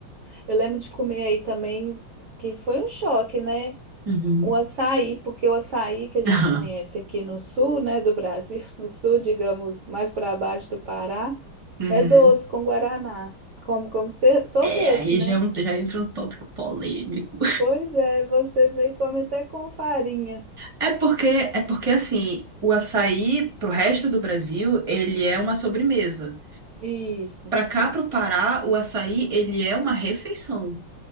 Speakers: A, on the right; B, on the right.
A: Eu lembro de comer aí também, que foi um choque, né?
B: Uhum.
A: O açaí, porque o açaí que a
B: <laughs>
A: gente conhece aqui no sul, né, do Brasil, <laughs> no sul, digamos, mais para baixo do Pará,
B: Uhum.
A: é doce com guaraná, como como ser- sorvete,
B: É, aí
A: né?
B: já, é um- já entra um tópico polêmico.
A: Pois é, vocês aí comem até com farinha.
B: É porque, é porque assim, o açaí pro resto do Brasil, ele é uma sobremesa.
A: Isso.
B: Pra cá, pro Pará, o açaí, ele é uma refeição.